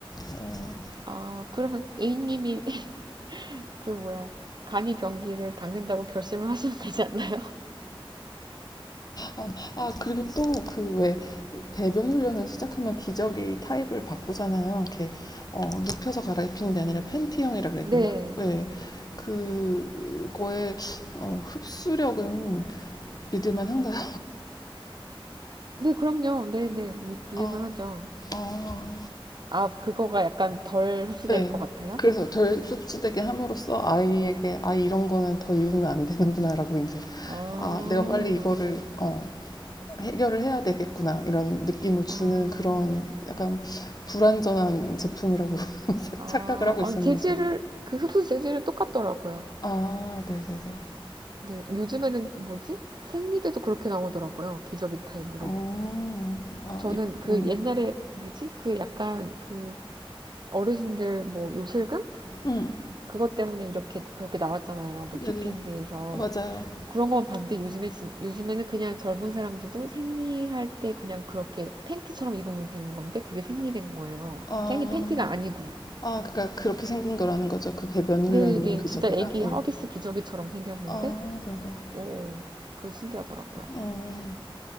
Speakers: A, on the left; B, on the right.
A: 어,
B: 아, 그러면 A님이 <laughs> 그 뭐야 간이 병기를 닦는다고 결심을 하시면 되지 않나요?
A: 어, 아 그리고 또 그 왜 배변 훈련을 시작하면 기저귀 타입을 바꾸잖아요. 이렇게 어, 눕혀서 갈아입히는 게 아니라 팬티형이라
B: <laughs>
A: 그래야 되나?
B: 네.
A: 네, 그거의 어, 흡수력은 믿을만한가요?
B: 네, 그럼요. 네, 네. 그- 그럴만
A: 아,
B: 하죠.
A: 아,
B: 아, 그거가 약간 덜 흡수될
A: 네.
B: 것 같아요?
A: 그래서 덜 씁쓸하게 함으로써 아이에게 아 이런 거는 더 입으면 안 되는구나라고 이제
B: 아,
A: 아 내가 빨리 이거를 어, 해결을 해야 되겠구나 이런 느낌을 주는
B: 아,
A: 그런 약간 불완전한 제품이라고 <laughs>
B: 아,
A: 착각을 하고
B: 아니,
A: 있었네요
B: 재질을,
A: 지금.
B: 그 흡수 재질은 똑같더라고요.
A: 아 네네네.
B: 근데 요즘에는 뭐지? 생리대도 그렇게 나오더라고요. 기저귀 타입으로.
A: 어, 아
B: 저는
A: 입,
B: 그
A: 음,
B: 옛날에 뭐지? 그 약간 그 어르신들 뭐 요실금?
A: 음,
B: 그것 때문에 이렇게, 그렇게 나왔잖아요. 뭐
A: 네네.
B: 디펜드에서.
A: 아, 맞아요.
B: 그런 건 봤는데 요즘에 진- 요즘에는 그냥 젊은 사람들도 생리할 때 그냥 그렇게 팬티처럼 입으면 되는 건데 그게 생리된 거예요.
A: 아,
B: 생리 팬티가 아니고.
A: 아 그러니까 그렇게 생긴 거라는 거죠. 그 배변 훈련용
B: 네네,
A: 기저귀가.
B: 진짜 애기
A: 네.
B: 허기스 기저귀처럼 생겼는데,
A: 아 네네.
B: 어, 그게 신기하더라고요.
A: 음.